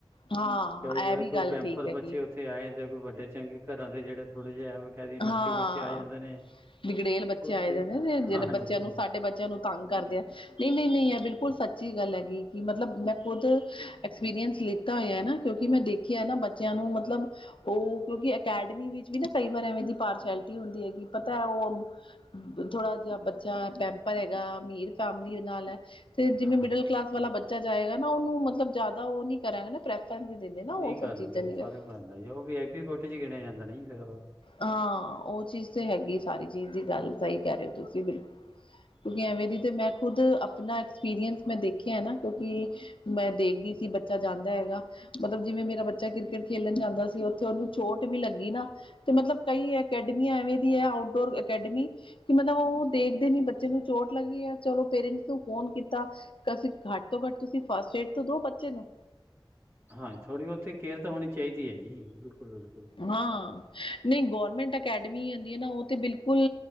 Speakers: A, on the left; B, on the right.
A: ਹਾਂ
B: ਕਈ ਵਾਰ
A: ਇਹ ਵੀ
B: ਕੋਈ
A: ਗੱਲ
B: ਪੈਂਪਰ
A: ਠੀਕ ਹੈਗੀ
B: ਬਚੇ ਉੱਥੇ ਉਥੇ ਆ ਜਾਂਦੇ ਕੋਈ ਵੱਡੇ ਚੰਗੇ ਘਰਾਂ ਦੇ ਜਿਹੜੇ ਥੋੜੇ ਜਿਹੇ ਕਹਿ ਨੋਟੀ
A: ਹਾਂ
B: ਬੱਚੇ ਆ ਜਾਂਦੇ ਨੇ।
A: ਬਿਗੜੇਲ ਬੱਚੇ
B: ਉੱਥੇ
A: ਆਏ ਜਾਂਦੇ ਨੇ ਜਿਹੜੇ
B: ਹਾਂਜੀ
A: ਬੱਚਿਆਂ ਨੂੰ
B: ਹਾਂਜੀ
A: ਸਾਡੇ ਬੱਚਿਆਂ ਨੂੰ ਤੰਗ ਕਰਦੇ ਆ। ਨਈਂ-ਨਈਂ ਇਹ ਬਿਲਕੁਲ ਸੱਚੀ ਗੱਲ ਹੈਗੀ ਕਿ ਮਤਲਬ ਮੈਂ ਖੁਦ ਐਕਸਪੀਰੀਅੰਸ ਲਿੱ ਤਾ ਹੋਇਆ ਨਾ ਕਿਉਂਕਿ ਮੈਂ ਦੇਖਿਆ ਨਾ ਬੱਚਿਆਂ ਨੂੰ ਮਤਲਬ ਉਹ ਕਿਉਂਕਿ ਅਕੈਡਮੀ ਵਿੱਚ ਵੀ ਨਾ ਕਈ ਵਾਰ ਐਵੇਂ ਦੀ ਪਾਰਸ਼ੈਲਿਟੀ ਹੁੰਦੀ ਹੈਗੀ ਪਤਾ ਹੈ ਉਹ ਥੋੜਾ ਜਿਹਾ ਬੱਚਾ ਪੈਂਪਰ ਹੈਗਾ ਅਮੀਰ ਫੈਮਲੀ ਨਾਲ ਹੈ। ਤੇ ਜਿਵੇਂ
B: ਹਾਂ
A: ਮਿਡਲ ਕਲਾਸ ਵਾਲਾ ਬੱਚਾ ਜਾਏਗਾ ਨਾ ਉਹਨੂੰ ਮਤਲਬ ਜਾਦਾ ਉਹ ਨਹੀਂ ਕਰਾਂਗਾ ਨਾ ਪ੍ਰੈਫਰਸ ਨਹੀਂ ਦਿ ਨਾ ਉਹ
B: ਨਹੀਂ
A: ਸਭ
B: ਕਰਨਗੇ
A: ਚੀਜ਼ਾਂ <unintelligible>
B: ਫ਼ਰਕ ਪੈਂਦਾ ਉਹ ਵੀ ਆਈਟੀ ਕੋਟੇ ਚ ਗਿਣਿਆ ਜਾਂਦਾ ਨਹੀਂ ਫਿਰ ਉਹ।
A: ਹਾਂ ਉਹ ਚੀਜ਼ ਤੇ ਹੈਗੀ ਸਾਰੀ ਚੀਜ਼ ਦੀ ਗੱਲ ਸਹੀ ਕਹਿ ਰਹੇ ਹੋ ਤੁਸੀਂ ਬਿਲਕੁ ਕਿਉਂਕਿ ਐਵੇਂ ਦੀ ਤੇ ਮੈਂ ਖੁਦ ਆਪਣਾ ਐਕਸਪੀਰੀਅੰਸ ਮੈਂ ਦੇਖਿਆ ਹੈ ਨਾ ਕਿਉਂਕਿ ਮੈਂ ਦੇਖਦੀ ਸੀ ਬੱਚਾ ਜਾਂਦਾ ਹੈਗਾ ਮਤਲਬ ਜਿਵੇਂ ਮੇਰਾ ਬੱਚਾ ਕ੍ਰਿਕਟ ਖੇਲਣ ਜਾਂਦਾ ਸੀ ਉੱਥੇ ਉਹਨੂੰ ਚੋਟ ਵੀ ਲੱਗੀ ਨਾ ਤੇ ਮਤਲਬ ਕਈ ਅਕੈਡਮੀਆਂ ਐਵੇਂ ਦੀ ਹੈ ਆਊਟਡੋਰ ਅਕੈਡਮੀ ਕਿ ਮਤਲਬ ਉਹ ਦੇਖਦੇ ਨੀ ਬੱਚੇ ਨੂੰ ਚੋਟ ਲੱਗੀ ਆ ਚਲੋ ਪੇਰੈਂਟਸ ਨੂੰ ਫੋਨ ਕੀਤਾ <unintelligible> ਘੱਟ ਤੋਂ ਘੱਟ ਤੁਸੀਂ ਫਸਟ ਏਡ ਤੇ ਦੋ ਬੱਚੇ ਨੂੰ।
B: ਹਾਂਜੀ ਥੋੜ੍ਹੀ ਉੱਥ ਕੇਅਰ ਤਾਂ ਹੋਣੀ ਚਾਹੀਦੀ ਹੈ ਜੀ ਬਿਲਕੁਲ-ਬਿਲਕੁਲ।
A: ਹਾਂ ਨਈ ਗੌਰਮੈਂਟ ਅਕੈਡਮੀ ਹੁੰਦੀ ਹੈ ਨਾ ਉਹ ਤਾਂ ਬਿਲਕੁਲ